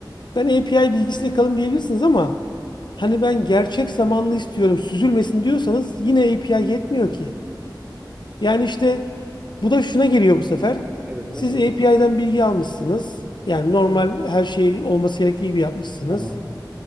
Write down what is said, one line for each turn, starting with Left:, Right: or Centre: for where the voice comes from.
Left: Ben API bilgisiyle kalın diyebilirsiniz ama hani ben gerçek zamanlı istiyorum süzülmesin diyorsanız yine API yetmiyor ki. Yani işte bu da şuna geliyor bu sefer.
Right: evet
Left: Siz
Right: nasıl?
Left: API'den bilgi almışsınız. Yani normal her şey olması gerektiği gibi yapmışsınız.
Right: Tamam.